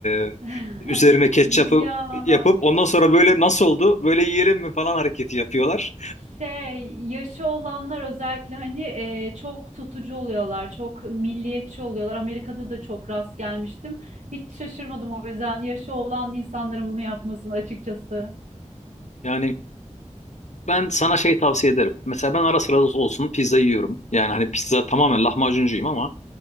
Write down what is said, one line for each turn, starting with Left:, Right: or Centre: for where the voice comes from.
Left: e,
Right: <laughs>
Left: üzerine ketçapı
Right: Ya
Left: yapıp ondan
Right: e,
Left: sonra böyle nasıl oldu böyle yiyelim mi falan hareketi yapıyorlar.
Right: Şey, yaşı olanlar özellikle hani e, çok tutucu oluyorlar, çok milliyetçi oluyorlar. Amerika'da da çok rast gelmiştim. Hiç şaşırmadım o yüzden yaşı olan insanların bunu yapmasını açıkçası.
Left: Yani ben sana şey tavsiye ederim. Mesela ben ara sıra olsun pizza yiyorum. Yani hani pizza tamamen lahmacuncuyum ama